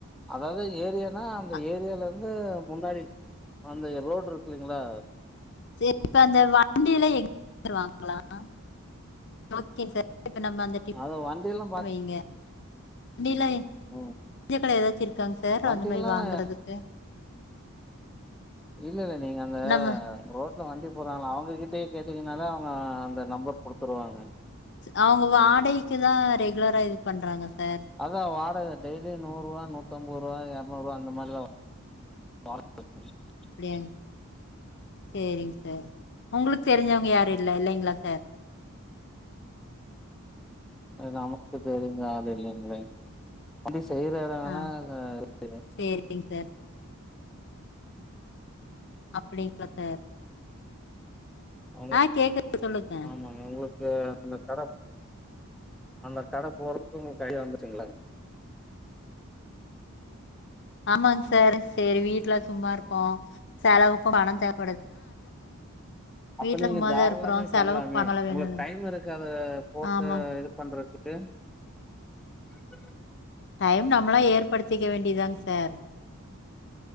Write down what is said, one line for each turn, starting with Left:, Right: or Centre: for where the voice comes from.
Centre: அதாவது ஏரியானா அந்த
Left: ஆ,
Centre: ஏரியால இருந்து முன்னாடி அந்த ரோடு இருக்குங்களா
Left: ச இப்ப அந்த வண்டியில எங்க வாங்களாம் ஒகே சார் இப்ப நம்ம அந்த
Centre: அது வண்டியெல்லாம் பாத்
Left: வைங்க <unintelligible>
Centre: ம்.
Left: வச்சிருக்காங்க சார்
Centre: வண்டியெல்லாம்
Left: அந்த மாரி வாங்குறதுக்கு
Centre: இல்ல இல் நீங்க அந்த
Left: நம்ம
Centre: ரோட்ல வண்டி போறாங்கள அவங்ககிட்டயே கேட்டு டிங்கனால அவங்க அந்த நம்பர் குடுத்துருவாங்க
Left: அவங்க வாடகைக்கு தா ரெகுலரா இது பண்றாங்க சார்
Centre: அதா வாடக டெய்லி நூறு ரூபா நூத் ஐம்பது ரூவா இருநூறுவா அந்த மாரிலா வரும் <unintelligible>
Left: ஏ சரிங்க சார் உங்களுக்கு தெரிஞ்சவங்க யாரு இல்ல இல்லைங்களா சார்
Centre: நமக்கு தெரிந்த அளு இல்ல அப்படி செய்ற இடங்கல்லா
Left: ஆ
Centre: அ
Left: சரிங்க சார் அப்டிங்களா சார்
Centre: அவங்க
Left: ஆ கேக்குது சொல்லுங்க
Centre: ஆமாங்க உங்களுக்கு அந்த கட அந்த கட போறக்குங் உங்க கைல வந்துருங்களா
Left: ஆமாங்ச சரி சரி வீட்டுல சும்மா இருக்கு இப்போ செலவுக்கு பணோ தேவ
Centre: அப்ப
Left: வீட்டுல
Centre: நீங்க
Left: சும்மாதான்
Centre: தாராளாமே
Left: இருக்கிறோம் செலவுக்கு
Centre: பண்ணலாமே
Left: பணம்
Centre: உங்களுக்கு
Left: வேணும்ல
Centre: டைம் இருக்கது போட்டு
Left: ஆமா
Centre: இது பண்றதுக்கு ச
Left: டைம் நம்மளா ஏர் படுத்திக்க வேண்டியதாங் சார்